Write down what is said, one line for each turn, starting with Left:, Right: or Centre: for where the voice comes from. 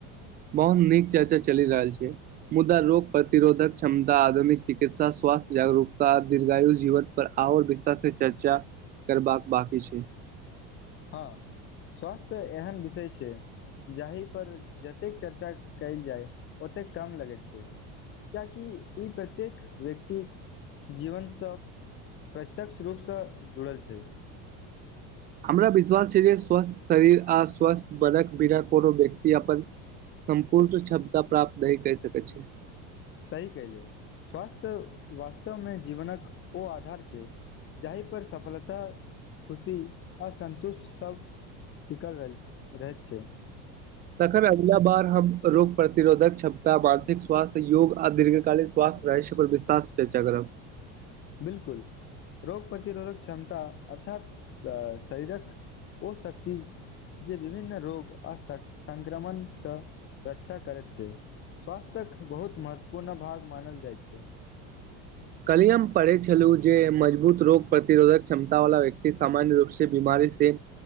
Right: बहुत नीक चर्चा चलि रहल छ मुदा रोग प्रतिरोधक क्षमता आधुनिक चिकित्सा स्वास्थ्य जागरूकता दीर्घायु जीव पर आओर विस्तार से चर्चा करबाक बाकी छ
Left: हँ स्वास्थ्य एहन विषय छ जाहि पर जतेक चर्चा कयल जाय ओतेक कम लगैत छ किएकि ई प्रत्येक व्यक्ति जीवनस प्रत्यक्ष रूपसँ जुड़ल छ
Right: हमरा विश्वास छै जे स्वस्थ शरीर आ स्वस्थ वर्क बिर कोनो व्यक्ति अप संपूर्ण क्षमता प्राप्त नै कहि सक छै
Left: सही कयले स्वास्थ्य वास्तवमे जीवनक ओ आधार छै जाहिपर सफलता खुशी असन्तुष्ट सब टिकल रहल रहैत छै
Right: तखन अगिला बार हम रोग प्रतिरोधक क्षमता मानसिक स्वास्थ्य योग आ दीर्घकाली ्वासथ रहश्य पर विस्तास चर्चा करब <unintelligible> <unintelligible>
Left: बिलकुल रोग प्रतिरोधक क्षमता अर्थात श शरीरक ओ शक्ति जे विभिन्न रोग आ संक्रमणसँ रक्षा करैत छै स्वास्थ्यख बहुत महत्वपूर्ण भाग मानल जाइ छै
Right: कल्हि हम पढ़ै छलहुँ जे मजबूत रोग प्रतिरोधक क्षमता वाला व्यक्ति सामान्य रूप से बीमारी से